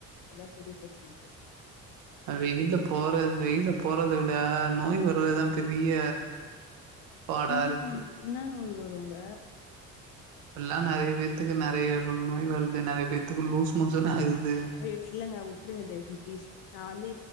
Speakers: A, on the left; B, on the right.
A: அதா பெரிய பிரச்சன இப்போ
B: வெயில போறது வெயில போறத விட நோய் வர்றதுதா பெரிய பாடா
A: ம்
B: இருக்கு
A: இன்ன நோய் வருங்க
B: இப்பல்லா நெறைய பேத்துக்கு நெறைய நோய் வருது நெறைய பேத்துக்கு லூஸ் மோஷன் ஆகுது
A: ஐயோ இல்லங்க உட்ருங்க தயவு செஞ்சு பிளீஸ் நா வந்து